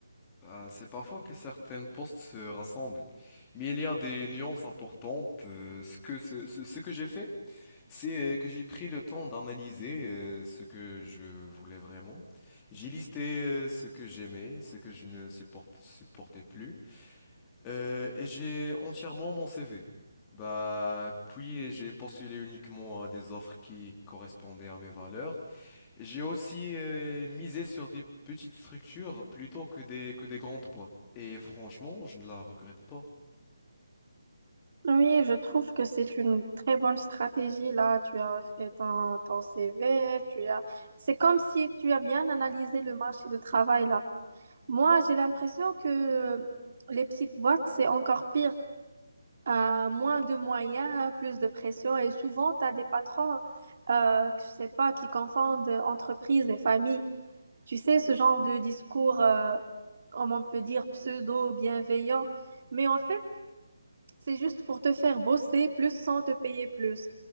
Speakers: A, on the left; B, on the right.
A: Bah, c'est parfois que certains postes se rassemblent, mais il y a des nuances importantes. euh, ce que, ce ce- ce que j'ai fait. C'est euh, que j'ai pris le temps d'analyser euh, ce que je voulais vraiment. J'ai listé euh, ce que j'aimais, ce que je ne supporte- supportais plus, euh, et j'ai entièrement mon CV. Bah, puis j'ai postulé uniquement à des offres qui correspondaient à mes valeurs. J'ai aussi euh, misé sur des petites structures plutôt que des que des grandes boîtes. Et franchement, je ne la regrette pas.
B: Oui, je trouve que c'est une très bonne stratégie là. Tu as fait ton, ton CV, tu as. C'est comme si tu as bien analysé le marché de travail là. Moi, j'ai l'impression que les petites boîtes, c'est encore pire. Euh, moins de moyens, plus de pression. Et souvent, tu as des patrons, euh, que je sais pas, qui confondent entreprise et famille. Tu sais, ce genre de discours, euh, comme on peut dire, pseudo-bienveillant. Mais en fait, c'est juste pour te faire bosser plus sans te payer plus.